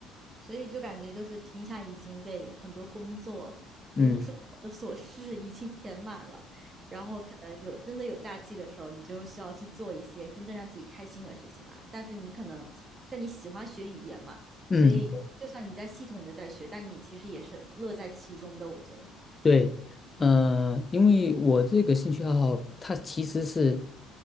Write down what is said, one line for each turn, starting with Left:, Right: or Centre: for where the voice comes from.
Right: 所以就感觉就是平常已经被很多工作跟生活的琐事
Left: 嗯
Right: <laughs> 已经填满了，然后可能有真的有假期的时候，你就需要去做一些真正让自己开心的事情啦。但是你可能在你喜欢学语言嘛，
Left: 嗯，
Right: 所以就算你在系统的在学，但你其实也是乐在其中的，我觉得。
Left: 对，呃，因为我这个兴趣爱好，它其实是